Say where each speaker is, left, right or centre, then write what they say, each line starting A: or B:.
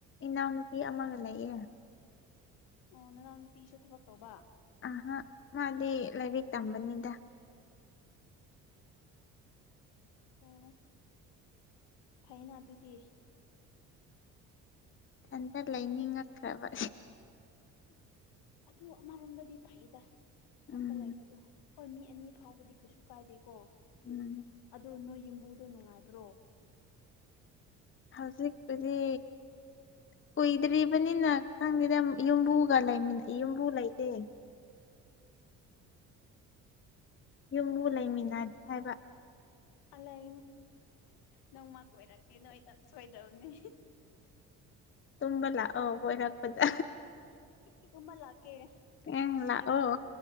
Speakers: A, on the left; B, on the left.
A: ꯏꯅꯥꯎꯨꯄꯤ ꯑꯃꯒ ꯂꯩꯌꯦꯦ
B: ꯑꯣ ꯅꯅꯥꯎ ꯅꯨꯄꯤꯁꯨ ꯊꯕꯛ ꯇꯧꯕ
A: ꯑ ꯃꯥꯗꯤ ꯂꯥꯏꯔꯤꯛ ꯇꯝꯕꯅꯤꯗ
B: ꯑꯣ ꯐꯥꯏꯅ ꯑꯗꯨꯨꯗꯤ
A: ꯏꯊꯟꯇ ꯂꯩꯅꯤꯡꯉꯛꯈ꯭ꯔꯕ
B: ꯑꯗꯨ ꯑꯃꯔꯣꯝꯗꯗꯤ ꯐꯩꯗ
A: ꯎꯝ
B: ꯊꯟꯗ ꯂꯩꯕꯗꯣ ꯍꯣꯏ ꯃꯤ ꯑꯅꯤ ꯐꯥꯎꯕꯗꯤ ꯀꯩꯁꯨ ꯀꯥꯏꯗꯦꯀꯣ
A: ꯎꯝ
B: ꯑꯗꯣ ꯅꯣꯏ ꯌ ꯗ ꯅꯨꯡꯉꯥꯏꯕ꯭ꯔꯣ
A: ꯍꯧꯖꯤꯛꯄꯨꯗꯤ ꯀꯨꯏꯗ꯭ꯔꯤꯕꯅꯤꯅ ꯈꯪꯗꯦꯗ ꯌꯨꯝꯕꯨꯒ ꯂꯩ ꯌꯨꯝꯕꯨ ꯂꯩꯇꯦ ꯌꯨꯝꯕꯨ ꯂꯩꯃꯤꯟꯅꯗꯦ ꯍꯥꯏꯕ
B: ꯑꯂꯥꯏ ꯅꯣꯡꯃ ꯀꯣꯏꯔꯛꯀꯦ ꯅꯣꯏꯗ ꯁꯣꯏꯗꯧꯅꯦ
A: ꯇꯨꯝꯕ ꯂꯥꯛꯑꯣ ꯀꯣꯏꯔꯛꯄꯗ
B: ꯇꯨꯝꯍ ꯂꯥꯛꯀꯦ
A: ꯑꯪ
B: ꯑꯁ
A: ꯂꯥꯛꯑꯣ